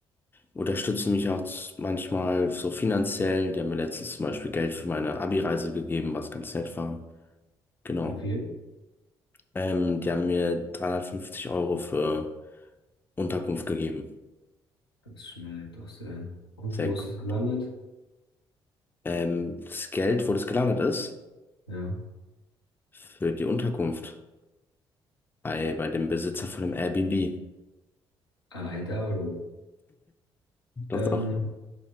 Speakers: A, on the left; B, on the left.
A: unterstützen mich auch z- manchmal so finanziell. Die haben mir letztens zum Beispiel Geld für meine Abi-Reise gegeben, was ganz nett war. Genau.
B: Wie viel?
A: Ähm, die haben mir 350 Euro für Unterkunft gegeben.
B: Das schmeckt doch sehr. Und
A: Sehr
B: wo ist
A: gut,
B: es gelandet?
A: ja. Ähm, das Geld, wo das gelandet ist,
B: Ja.
A: für die Unterkunft bei, bei dem Besitzer von dem Airbnb.
B: Ah, da oder?
A: Das
B: Ähm,
A: doch.